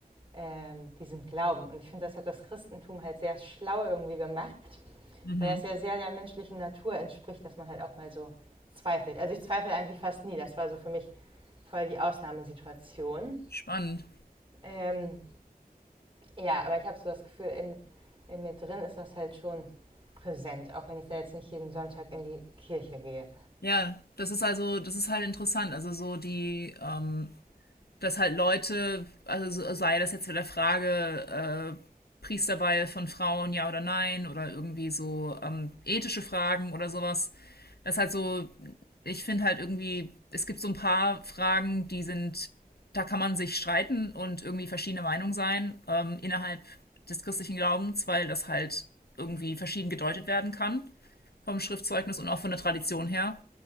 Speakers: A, on the right; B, on the left.
A: ähm, diesen Glauben. Und ich finde, das hat das Christentum halt sehr schlau irgendwie gemacht,
B: mhm.
A: weil das ja sehr der menschlichen Natur entspricht, dass man halt auch mal so zweifelt. Also ich zweifle eigentlich fast nie. Das war so für mich voll die Ausnahmesituation.
B: Spannend.
A: Ähm, ja, aber ich habe so das Gefühl, in, in mir drin ist das halt schon präsent, auch wenn ich da jetzt nicht jeden Sonntag in die Kirche gehe.
B: Ja, das ist also, das ist halt interessant. Also so die, ähm, dass halt Leute, also so- sei das jetzt wieder Frage, äh, Priesterweihe von Frauen, ja oder nein, oder irgendwie so ähm, ethische Fragen oder sowas, Das ist halt so, ich finde halt irgendwie, es gibt so ein paar Fragen, die sind, da kann man sich streiten und irgendwie verschiedene Meinungen sein ähm, innerhalb des christlichen Glaubens, weil das halt irgendwie verschieden gedeutet werden kann vom Schriftzeugnis und auch von der Tradition her.